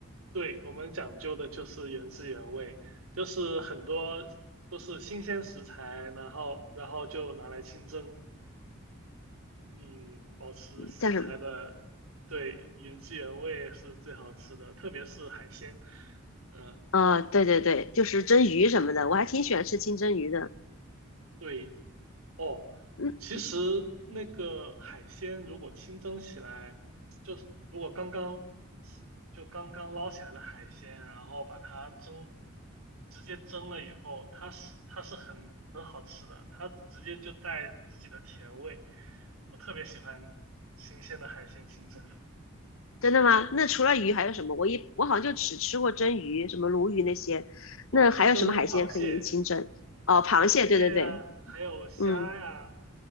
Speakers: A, on the right; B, on the left.
A: 对，我们讲究的就是原汁原味，就是很多都是新鲜食材，然后然后就拿来清蒸，嗯，保持食材的，
B: 叫什么？
A: 对，原汁原味是最好吃的，特别是海鲜，嗯，
B: 啊、对对对，就是蒸鱼什么的，我还挺喜欢吃清蒸鱼的。
A: 对。哦，
B: 嗯。
A: 其实那个海鲜如果清蒸起来，就是如果刚刚就刚刚捞起来的海鲜，然后把它蒸，直接蒸了以后，它是它是很很好吃的，它直接就带自己的甜味。我特别喜欢新鲜的海鲜清蒸。
B: 真的吗？那除了鱼还有什么？我一我好像就只吃过蒸鱼，什么鲈鱼那些。
A: 哦，
B: 那还有什么海鲜可以清蒸？
A: 是蒸螃蟹、
B: 哦，螃蟹，
A: 螃蟹呀、
B: 对对对，
A: 还有虾呀、
B: 嗯